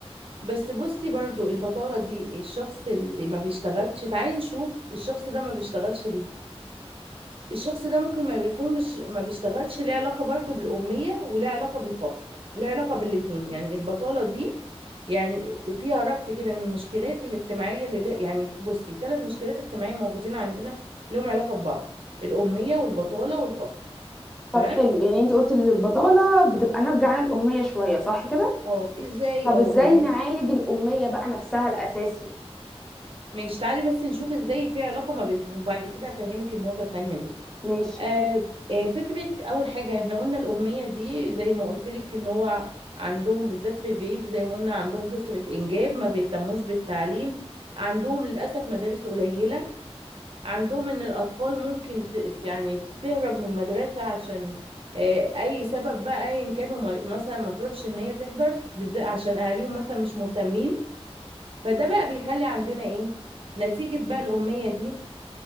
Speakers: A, on the right (about 55°); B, in the centre.
A: بس بصي برضو البطالة دي الشخص اللي ما بيشتغلش تعالي نشوف الشخص ده ما بيشتغلش ليه الشخص ده ممكن ما بيكون مش ما بيشتغلش ليه علاقة برضو بالأمية وليه علاقة بالفقر ليه علاقة بالاتنين يعني البطالة دي يعني فيها ربط كده من المشكلات الاجتماعية اللي يعني بصي ثلاث مشكلات اجتماعية موجودين عندنا لهم علاقة ببعض الأمية والبطالة والفقر
B: طب
A: تمام
B: حلو يعني انت قلت ان البطالة بتبقى ناتجة عن الأمية شوية صح كده؟
A: اه ازاي
B: طب
A: اه
B: ازاي
A: يعني
B: نعالج الأمية بقى نفسها الأساسي؟
A: ماشي تعالي بس نشوف ازاي في علاقة ما بينهم وبعد كده هفهمك النقطة التانية دي
B: ماشي
A: آه، آه، فكرة أول حاجة احنا قلنا الأمية دي زي ما قلت لك إن هو عندهم بالذات في الريف زي ما قلنا عندهم كثرة إنجاب ما بيهتموش بالتعليم عندهم للأسف مدارس قليلة عندهم إن الأطفال ممكن ت- يعني تهرب من المدرسة عشان آه، أي سبب بقى أيا كانوا ما- مثلا ما تروحش إن هي تحضر بالذات عشان أهاليهم مثلا مش مهتمين فده بقى بيخلي عندنا إيه نتيجة بقى الأمية دي